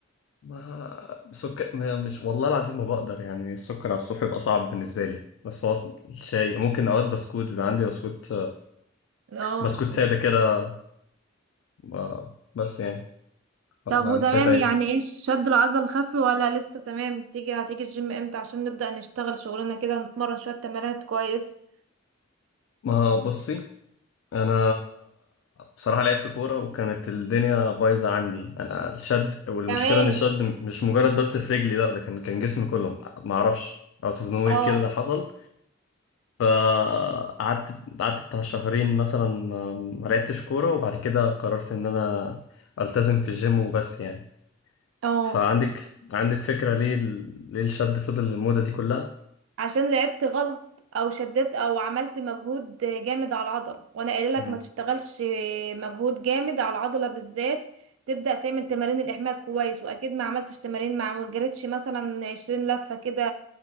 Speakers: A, on the left; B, on the right.
A: ما سكر ما- مش والله العظيم ما بقدر يعني السكر على الصبح بيبقى صعب بالنسبة لي بس هو الشاي ممكن أوقات بسكوت بيبقى عندي بسكوت
B: اه
A: بسكوت سادة كده آه، بس يعني والله
B: طب وتمام
A: أنت شايف إيه؟
B: يعني ايه شد العضل الخفي ولا لسه تمام تيجي هتيجي الجيم امتى عشان نبدأ نشتغل شغلنا كده ونتمرن شوية تمارين كويس
A: ما بصي أنا بصراحة لعبت كورة وكانت الدنيا بايظة عندي أنا الشد والمشكلة
B: كمان
A: إن الشد مش مجرد بس في رجلي لا ده كان كان جسمي كله معرفش اوت اوف نوير
B: اه
A: كده ده حصل فقعدت قعدت بتاع شهرين مثلا ما ما لعبتش كورة وبعد كده قررت إن أنا ألتزم في الجيم وبس يعني
B: اه
A: فعندك عندك فكرة ليه ال- ليه الشد فضل المدة دي كلها؟
B: عشان لعبت غلط او شددت او عملت مجهود جامد على العضله وانا قايله
A: مم.
B: لك ما تشتغلش مجهود جامد على العضله بالذات تبدا تعمل تمارين الاحماء كويس واكيد ما عملتش تمارين مع ما جريتش مثلا عشرين لفه كده